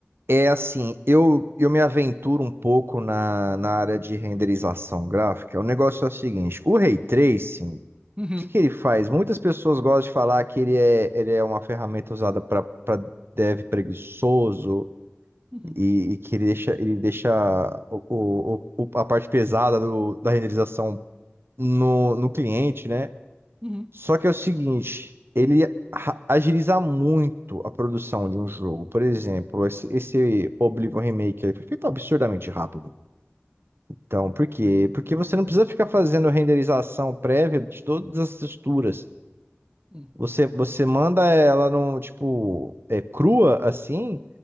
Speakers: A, on the right (about 65°); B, on the right (about 25°).
A: É assim, eu, eu me aventuro um pouco na, na área de renderização gráfica. O negócio é o seguinte, o Ray Tracing, o
B: Uhum,
A: que que ele faz? Muitas pessoas gostam de falar que ele é, ele é uma ferramenta usada para dev preguiçoso
B: uhum,
A: e, e que ele deixa, ele deixa o, o- o- a parte pesada do- da renderização no, no cliente, né?
B: uhum,
A: Só que é o seguinte, ele ra- agiliza muito a produção de um jogo. Por exemplo, esse, esse Oblivion Remake ele foi feito absurdamente rápido. Então, por quê? Porque você não precisa ficar fazendo renderização prévia de todas as texturas.
B: uhum.
A: Você, você manda ela no, tipo, é, crua, assim,